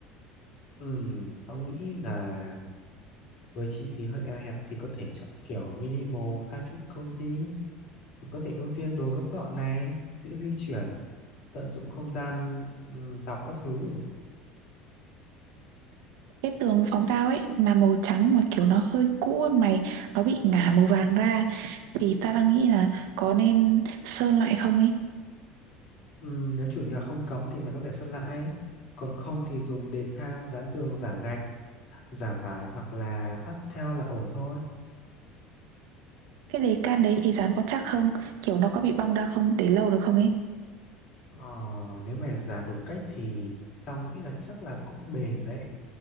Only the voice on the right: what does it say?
cái tường phòng tao ấy là màu trắng mà kiểu nó hơi cũ ấy mày nó bị ngả màu vàng ra thì tao đang nghĩ là có nên sơn lại không ấy
cái đề can đấy thì dán có chắc không kiểu nó có bị bong ra không để lâu được không ấy